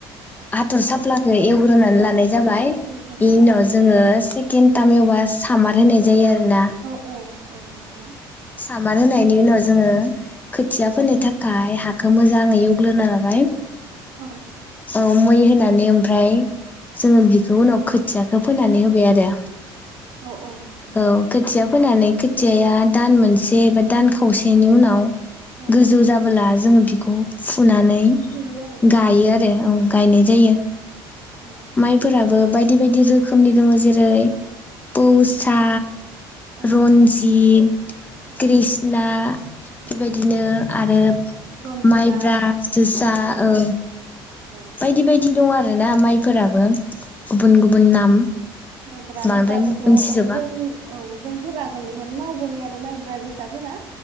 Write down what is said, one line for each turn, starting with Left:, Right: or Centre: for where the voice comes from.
Left: आथर सप्ला एवग्रोनानै
Right: औ
Left: लानाय जाबाय
Right: फोग्रोना
Left: बे
Right: लायो
Left: उनाव जोङो केनथामावा सामार होनाय जायो। ना
Right: औ औ औ नंगौ
Left: सामार होनायनि उनाव जोङो खोथिया फोनो थाखाय हाखौ मोजाङै एवग्लोना लाबाय
Right: औ
Left: औ मै होनानै ओमफ्राय जोङो बिखौ उनाव खोथियाखौ फोनानै होबाय आरो
Right: औ औ नंगौ
Left: औ खोथिया फोनानै खोथियाया दान मोनसे एबा दान खावसेनि उनाव
Right: औ
Left: गोजौ जाबोला जोङो बिखौ फुनानै
Right: फुयो आरो
Left: गायो आरो औ गायनाय
Right: औ
Left: जायो
Right: औ
Left: माइफोराबो बायदि बायदि रोखोमनि दङ जेरै पौसा
Right: औ
Left: रनजि जि
Right: औ
Left: कृषना बेबायदिनो
Right: नंगौ
Left: आरो
Right: रन्जना
Left: माइब्रा जोसा औ
Right: औ
Left: बायदि बायदि दं आरो ओ ना माइफोराबो। गुबुन गुबुन नाम
Right: औ माइब्रा
Left: बांद्राय
Right: गोखा खौथ'
Left: मिथिजोबा
Right: अ जों औ जोंफोर आगोलनि। बेखायनो मावबोनाय आरो माइब्रा जोसाफोरा।